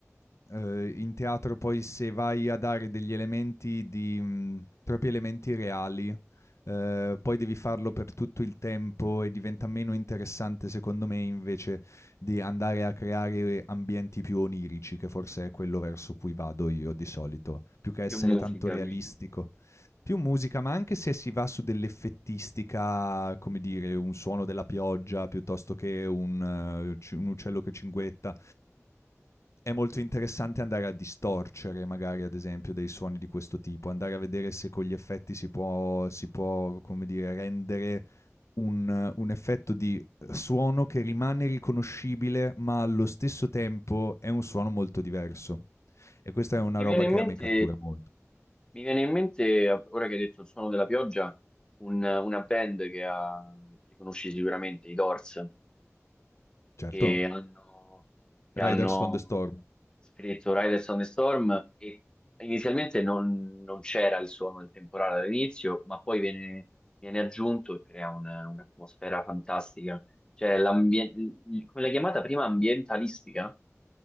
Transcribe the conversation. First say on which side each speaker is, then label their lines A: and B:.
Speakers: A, on the left; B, on the left.
A: ehm, <clears throat> in teatro poi se vai a dare degli elementi di mhmm, troppi elementi reali, ehm, poi devi farlo per tutto il tempo e diventa meno interessante secondo me invece di andare a creare ambienti più onirici, che forse è quello verso cui vado io di solito, più che essere
B: più musica
A: tanto realistico.
B: quindi.
A: Più musica, ma anche se si va su dell'effettistica, come dire, un suono della pioggia piuttosto che un, eh, ci- un uccello che cinguetta è molto interessante andare a distorcere magari ad esempio dei suoni di questo tipo, andare a vedere se con gli effetti si può, si può come dire, rendere un, un effetto di suono che rimane riconoscibile ma allo stesso tempo è un suono molto diverso. E questa è una
B: Mi
A: roba
B: viene in
A: che
B: mente,
A: a me cattura molto.
B: mi viene in mente, ora che hai detto il suono della pioggia, un- una band che ha, li conosci sicuramente, i Doors.
A: Certo,
B: che hanno, che
A: Riders
B: hanno
A: from the Storm.
B: scritto Riders on the Storm e inizialmente non, non c'era il suono del temporale all'inizio, ma poi viene, viene aggiunto e crea una- un'atmosfera fantastica. Cioè, l'ambie- il- come l'hai chiamata prima, ambientalistica?